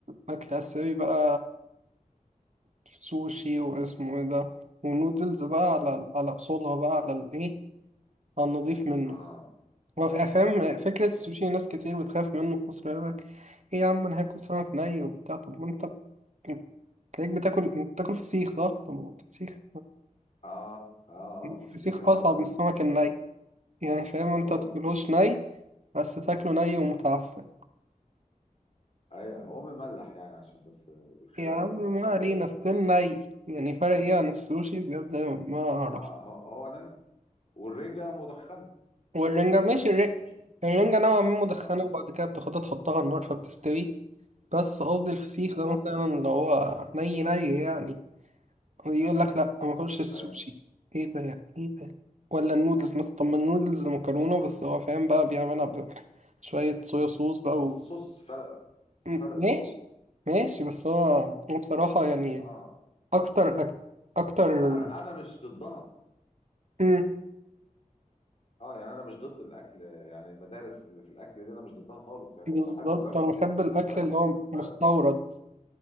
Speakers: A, on the right; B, on the left.
A: أكل آسيوي بقى سوشي واسمه ايه ده ونودلز بقى على على أصولها بقى على الإيه على النضيف منه
B: اه
A: هو ف- فاهم فكرة السوشي
B: طب
A: ناس كتير بتخاف منه في مصر يقول لك إيه يا عم أنا هاكل سمك ني وبتاع طب ما أنت بت- تلاقيك بتاكل بتاكل فسيخ صح؟ طب ما هو فسيخ
B: اه اه
A: الفسيخ
B: اه مرسيخ ني
A: أصعب
B: فعلا
A: من السمك الني يعني فاهم أنت
B: طبعا
A: تاكلهوش ني بس تاكله ني ومتعفن
B: ايوه هو مملح يعني عشان بس الخلاف
A: يا عم
B: ما يحتدمش
A: ما علينا ستيل ني يعني فرق إيه عن السوشي بجد أنا ما أعرف
B: اه هو, هو ناي والرنجة مدخنة يعني
A: والرنجة
B: الرنجة
A: ماشي
B: هي
A: الر-
B: مش متح...
A: الرنجة نوعا ما مدخنة
B: اه
A: وبعد كده بتاخدها تحطها على النار فبتستوي بس قصدي الفسيخ
B: اه
A: ده مثلا اللي هو ني ني يعني يقول لك لا ما اكلش السوشي
B: اي
A: ايه ده يعني ايه ده ولا النودلز مثلا طب ما النودلز مكرونه بس هو فاهم بقى بيعملها بشويه صويا صوص بقى
B: بس الصوص فرق
A: م-
B: فرق الصوص
A: ماشي ماشي بس هو
B: اه
A: هو بصراحة يعني
B: آه.
A: أكتر أك... أكتر
B: لا انا انا مش ضدها
A: م.
B: اه يعني انا مش ضد الاكل يعني المدارس اللي في الاكل دي انا مش ضدها خالص يعني
A: بالظبط
B: انا بحب اجرب
A: أنا بحب الأكل
B: بس
A: اللي هو
B: ب...
A: مستورد